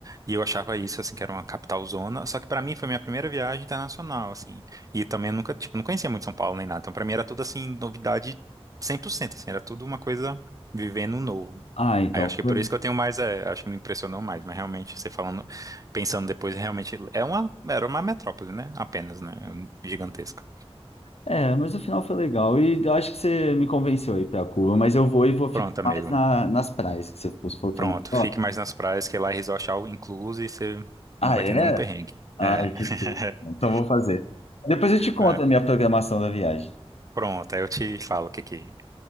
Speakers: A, on the right (about 35°); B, on the left (about 80°).
A: E eu achava isso, assim, que era uma capital zona. Só que pra mim foi minha primeira viagem internacional, assim. E também eu nunca, tipo, não conhecia muito São Paulo nem nada. Então pra mim era tudo, assim, novidade 100%, assim. Era tudo uma coisa vivendo novo.
B: Ah, então.
A: Aí eu acho que
B: foi-
A: é por isso que eu tenho mais, é, acho que me impressionou mais. Mas realmente, você falando, pensando depois, realmente é uma, era uma metrópole, né? Apenas, né? Gigantesca.
B: É, mas o final foi legal. E eu acho que você me convenceu a ir pra Cuba, mas eu vou e vou ficar
A: Pronto, amigo.
B: mais na, nas praias que você falou que
A: Pronto.
B: é melhor.
A: Fique mais nas praias, que lá é resort é all incluso e você
B: Ah,
A: não vai
B: é?
A: ter nenhum perrengue.
B: Ai,
A: É.
B: que tudo.
A: <laughs>
B: Então vou fazer. Depois eu te conto
A: É,
B: a minha programação da viagem.
A: Pronto, aí eu te falo o que que.